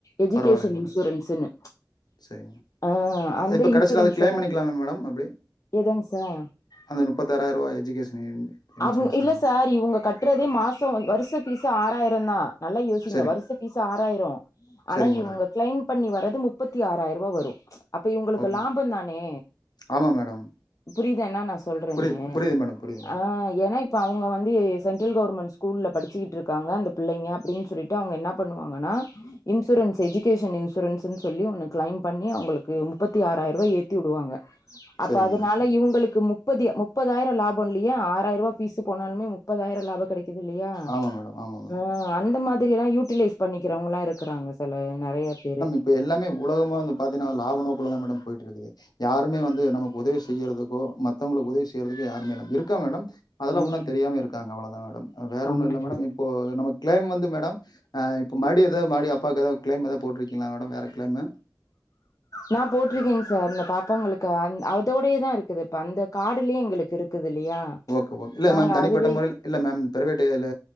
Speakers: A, on the left (about 45°); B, on the left (about 65°).
A: எஜுகேஷன்
B: பரவாயில்லையா மேடம்
A: இன்சூரன்ஸ்சுன்னு
B: சரிங்க
A: ஆ அந்த
B: இப்போ
A: இன்சூரன்ஸ்
B: கடைசில அத கிளைம்
A: எல்லா
B: பண்ணிக்கலாமா
A: இருக்கு
B: மேடம் அப்டி
A: எதாங்க சார்?
B: அந்த முப்பத்த ஆறாயிர ரூபா எஜுகேஷன் இன்சூரன்ஸ்
A: அவங்க
B: சொன்னீங்கல்ல
A: இல்ல சார் இவுங்க கட்றதே மாசோ வருஷ ஃபீசு ஆறாயிர தா நல்லா யோசிங்க
B: சரிங்
A: வருஷ ஃபீசு ஆறாயிரோ ஆனா
B: சரிங்க
A: இவுங்க
B: மேடம்
A: கிளைம் பண்ணி வர்றது முப்பத்தி ஆறாயிர ரூவா வரு அப்ப இவுங்களுக்கு
B: ஓகே
A: லாப தானே
B: ஆமா மேடம்
A: புரிதா என்னா நா சொல்றேன்னு
B: புரியுது புரியுது மேடம் புரியுது மேடம்
A: ஆ ஏன்னா இப்ப அவுங்க வந்து சென்ட்ரல் கவுர்மெண்ட் ஸ்கூல்ல படிச்சிட் இருக்காங்க அந்த பிள்ளைங்க அப்டின்னு சொல்லிட்டு அவுங்க என்னா பண்ணுவாங்கன்னா இன்சூரன்ஸ் எஜுகேஷன் இன்சூரன்ஸ் சொல்லி உனக் கிளைம் பண்ணி அவுங்ளுக்கு முப்பத்தி ஆறாயிர ரூவா ஏத்தி விடுவாங்க அப்ப
B: சரிங்க
A: அதனால
B: மேடம்
A: இவுங்ளுக்கு முப்பது முப்பதாயிரோ லாபோ இல்லையா ஆறாயிர ரூவா ஃபீசு போனாலுமே முப்பதாயிரோ லாப கிடைக்குது இல்லையா
B: ஆமா மேடம் ஆமா மேடம்
A: ஆ அ அந்த மாதிரி எல்லா யூட்டிலைஸ் பண்ணிக்கிறவுங்களா இருக்கிறாங்க சில நெறைய பேரு
B: இப்போ எல்லாமே உலகமா வந்து பாத்தீன்னா லாப நோக்குள்ளதா மேடம் போயிட்ருக்குது யாருமே வந்து நமக்கு உதவி செய்யறதுக்கோ மத்தவுங்களுக்கு உதவி செய்றதுக்கோ யாருமே இல்ல இருக்கா மேடம் அதெல்லா
A: ம்
B: உன்னு தெரியாமே இருக்காங்க அவ்ளதா மேடம் வேற ஒன்னு
A: ஆமா
B: இல்ல மேடம் இப்போ நம்ம கிளைம் வந்து மேடம் அ இப்போ மறுடி ஏதா மறுடி அப்பாக்கு ஏதோ க்ளைம் ஏதா போட்ருக்கிங்ளா மேடம் வேற கிளைமு
A: நா போட்ருக்கேங்க சார் இந்த பாப்பாங்களுக்கு அ அதோடையே தா இருக்குது இப்ப அந்த கார்டுலயே எங்களுக்கு இருக்குது இல்லையா
B: ஓகே ஓ இல்ல
A: நாங்க
B: மேம் தனிப்பட்ட
A: அதுவே
B: முறையில் இல்ல மேம் பிரைவேட் எல்ல